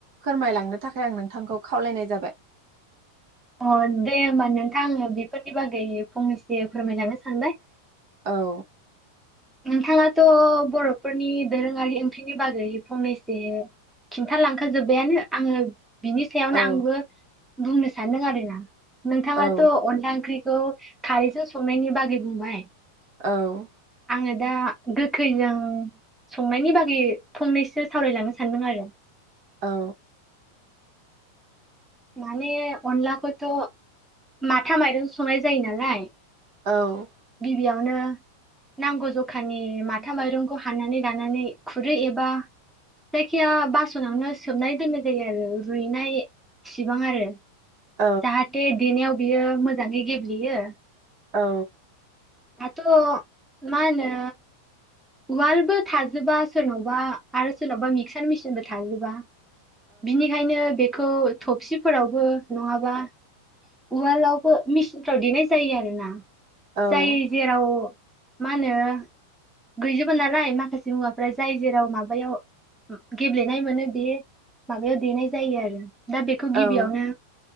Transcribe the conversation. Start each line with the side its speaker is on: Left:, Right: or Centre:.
Right: फोरमायलांनो थाखाय आं नोंथांखौ खावलायनाय जाबाय?
Centre: अ दे होमबा नोंथां बेफोरनि बागै फंनैस फोरमायलांनो सानबाय।
Right: औ
Centre: नोंथाङाथ' बर'फोरनि दोरोङारि ओंख्रिनि बागै फंनैसो खिन्थालांखाजोबबायानो आङो बिनि सायावनो
Right: औ
Centre: आंबो बुंनो सानदों आरोना। नोंथाङाथ'
Right: औ
Centre: अनला ओंख्रि बेखौ खारैजों संनायनि बागै बुंबाय।
Right: औ।
Centre: आङो दा गोखैजों संनायनि बागै फंनैसो सावरायलांनो सानदों आरो।
Right: औ।
Centre: माने अनलाखौथ' माथा माइरं संनाय जायो नालाय
Right: औ।
Centre: गिबियावनो नांगौ जखानि माथा माइरंखौ हानानानै लानानै खुरै एबा जायखिया बासनावनो सोबनाय दोननाय जायो आरो रुइनाय सेबां आरो।
Right: औ
Centre: जाहाथे देनायाव बियो मोजाङै गेब्लेयो
Right: औ।
Centre: आथ' मा होनो? उवालबो थाजोबा सोरनावबा आरो सोरनावबा मिक्सार मेसिनबो थाजोबा। बिनिखायनो बे खौ थबसिफोरावबो नङाबा उलावबो मिसिनफ्राव देनाय जायो आरो ना।
Right: औ
Centre: जाय
Right: औ
Centre: जेराव मा होनो गैजोबा नालाय माखासे मुवाफ्रा जाय जेराव माबायाव गेब्लेनाय मोनो बे माबायाव देनाय जायो आरो। दा बेखौ
Right: औ
Centre: गिबियावनो